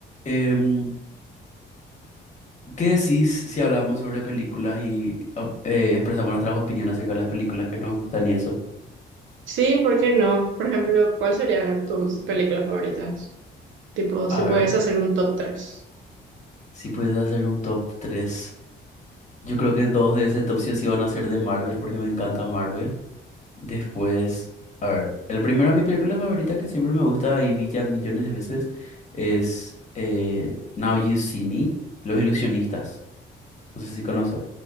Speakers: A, on the left; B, on the right.
A: Em, ¿qué decís si hablamos sobre películas y op- eh, expresamos nuestras opiniones acerca de las películas que nos gustan y eso?
B: Sí, ¿por qué no? Por ejemplo, ¿cuál serían tus películas favoritas? Tipo,
A: A
B: si puedes
A: ver,
B: hacer un top tres,
A: si puedes hacer un top 3, Yo creo que dos de ese top sí o sí van a ser de Marvel porque me encanta Marvel. Después, a ver, el primero, mi película favorita que siempre me gusta y vi ya millones de veces es eh, Now You See Me, Los Ilusionistas. No sé si conoces.